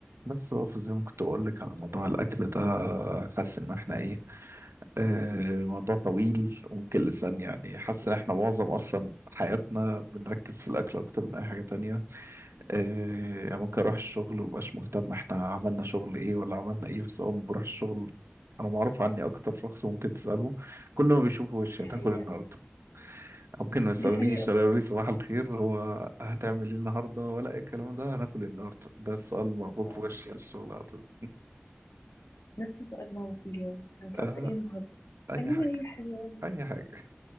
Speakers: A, on the right; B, on the left.
A: بس بقى زي ما كنت اقول لك على موضوع الاكل ده حاسس ان احنا ايه آه موضوع طويل وممكن لسان يعني حاسس ان احنا معظم اصلا حياتنا بنركز في الاكل اكتر من اي حاجه تانية آه يعني ممكن اروح الشغل ومبقاش مهتم احنا عملنا شغل ايه ولا عملنا ايه بس اول ما بروح الشغل انا معروف عني اكتر شخص ممكن تساله كل ما بيشوفه وشي
B: دي
A: هتاكل
B: حقيقة
A: النهارده ممكن ما يسألونيش
B: دي حقيقة بصراحة
A: ولا يقولوا لي صباح الخير هو هتعمل ايه النهارده ولا اي الكلام ده هناكل ايه النهارده ده السؤال المربوط
B: آه،
A: بوشي في الشغل على طول
B: نفس سؤال ماما كل يوم هنتغدى
A: آه
B: ايه النهاردة
A: اي
B: اعملي
A: حاجه
B: اي حاجة
A: اي حاجه